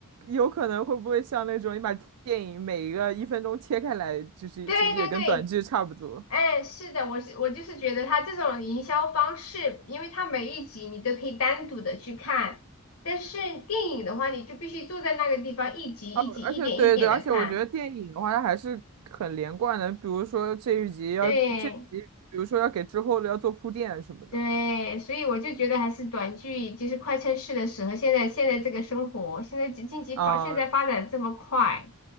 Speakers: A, on the right; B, on the left.
A: 有可能会不会像那种你把电影每一个一分钟切开来，就是其实也跟短剧差不多。
B: 对对对。哎，是的，我是我就是觉得他这种营销方式，因为他每一集你都可以单独的去看，但是电影的话，你就必须坐在那个地方一集一集一点一点的看。
A: 啊，而且对对，而且我觉得电影的话，它还是很连贯的，比如说这一集要这一集，
B: 对
A: 比如说要给之后的要做铺垫什么的。
B: 对，所以我就觉得还是短剧就是快餐式的适合现在现在这个生活，现在经济发现在发展这么快，
A: 啊。